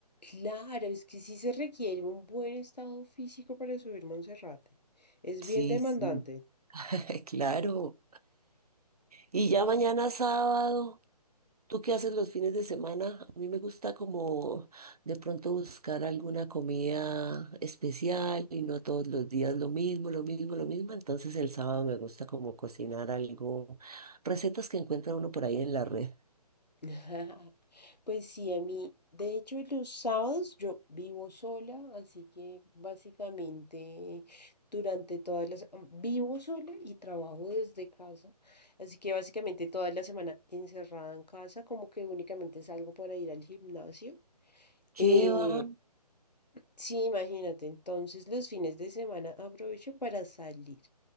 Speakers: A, on the left; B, on the right.
A: Claro, es que sí se requiere un buen estado físico para subir Monserrate. Es
B: Sí,
A: bien demandante.
B: sí, <laughs> claro. Y ya mañana sábado, ¿tú qué haces los fines de semana? A mí me gusta como de pronto buscar alguna comida especial y no todos los días lo mismo, lo mismo, lo mismo. Entonces el sábado me gusta como cocinar algo, recetas que encuentra uno por ahí en la red.
A: Ajá. Pues sí, a mí, de hecho, los sábados yo vivo sola, así que básicamente durante todas las... Vivo sola y trabajo desde casa, así que básicamente toda la semana encerrada en casa, como que únicamente salgo para ir al gimnasio.
B: ¿Qué
A: Eh,
B: va?
A: sí, imagínate, entonces los fines de semana aprovecho para salir